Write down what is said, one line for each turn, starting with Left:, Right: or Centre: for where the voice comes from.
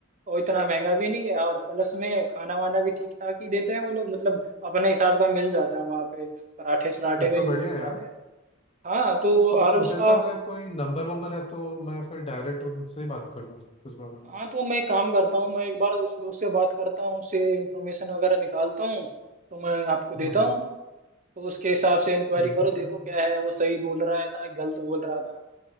Right: और इतना महंगा भी नहीं है और प्लस में खाना वाना भी ठीक ठाक ही देते हैं वो लोग मतलब अपने हिसाब का मिल जाता है वहाँ पे पराठे सराठे
Left: फिर
Right: भी
Left: तो बढ़िया
Right: मिल
Left: है
Right: जाते
Left: यार
Right: हैं हाँ तो
Left: उ- उस
Right: और
Left: होटल
Right: उसका
Left: का अगर कोई नंबर वंबर है तो मैं फिर डायरेक्ट उनसे ही बात कर लूँ इस बारे में
Right: हाँ तो मैं एक काम करता हूँ मैं एक बार उस दोस्त से बात करता हूँ उससे इंफॉर्मेशन वगैरह निकालता हूँ तो मैं आपको देता
Left: हाँ हाँ
Right: हूँ तो उसके हिसाब से इंक्वायरी
Left: ये
Right: करो
Left: भी चलेगा
Right: देखो क्या है वो सही बोल रहा था गलत बोल रहा था